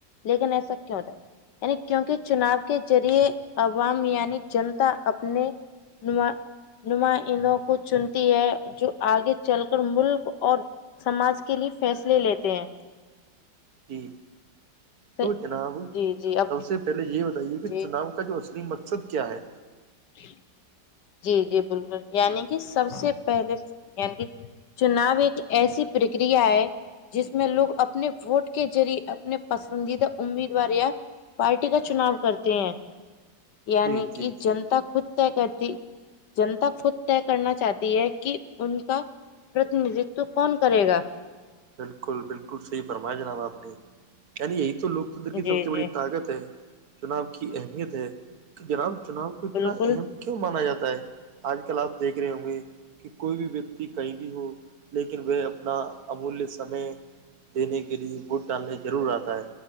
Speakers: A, on the left; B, on the right.
A: لیکن ایسا کیوں ہوتا ہے یعنی کیونکہ چناؤ کے ذریعے عوام یعنی جنتا اپنے ن نمائندوں کو چنتی ہے جو آگے چل کر ملک اور سماج کے لیے فیصلے لیتے ہیں
B: جی
A: پھر-
B: تو جناب
A: جی جی اب
B: سب سے پہلے یہ بتائیے کہ
A: جی
B: چناؤ کا جو اصلی مقصد کیا ہے
A: <unintelligible> جی جی بالکل یعنی کہ سب سے پہلے یع کہ چناؤ ایک ایسی پرکریا ہے جس میں لوگ اپنے ووٹ کے ذریعے اپنے پسندیدہ امیدوار یا پارٹی کا چناؤ کرتے ہیں یعنی
B: جی جی
A: کہ
B: جی
A: جنتا خود طے کرتی جنتا خود طے کرنا چاہتی ہے کہ ان کا پرتندتو کون کرے گا
B: بالکل بالکل صحیح فرمایا جناب آپ نے یعنی یہی تو لوگ تندر کی
A: جی
B: سب سے
A: جی
B: بڑی طاقت ہے چناب کی اہمیت ہے کہ جناب چناؤ کو اتنا
A: بالکل
B: اہم کیوں مانا جاتا ہے آج کل آپ دیکھ رہے ہوں گے کہ کوئی بھی ویکتی کہیں بھی ہو لیکن وہ اپنا امولیہ سمے دینے کے لیے ووٹ ڈالنے ضرور آتا ہے